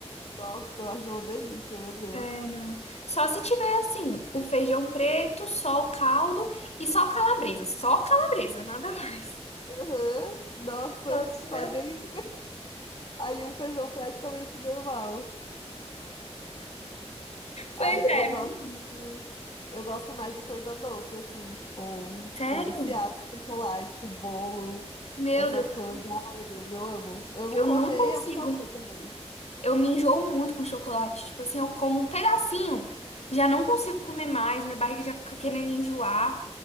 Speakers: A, on the left (about 50°); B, on the left (about 70°).
A: Nossa, eu acho uma delícia, meu Deus.
B: Sério. Só se tiver assim, o feijão preto, só o caldo e só calabresa. Só calabresa, nada <laughs> mais.
A: Aham, Nossa,
B: Só se tiver
A: quase
B: assim.
A: nem... Aí um feijão praticamente normal.
B: Pois
A: Ai, eu
B: é,
A: gosto.
B: não.
A: Eu gosto mais de coisa doce, assim, tipo,
B: Sério?
A: sou viciada em chocolate, bolo,
B: Meu
A: essas
B: Deus,
A: coisas. Ai, meu Deus, eu amo. Amo
B: eu
A: comer
B: não consigo.
A: e amo fazer também.
B: Eu me enjoo muito com chocolate. Tipo assim, eu como um pedacinho, já não consigo comer mais, minha barriga já fica querendo enjoar.